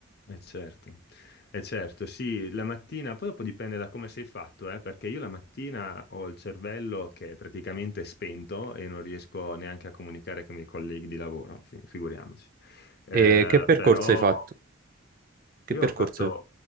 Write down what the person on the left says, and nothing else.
Eh certo, eh certo, sì, la mattina, poi dopo dipende da come sei fatto, eh, perché io la mattina ho il cervello che è praticamente spento e non riesco neanche a comunicare con i miei colleghi di lavoro, fi- figuriamoci. Eh,
però
Io
ho fatto,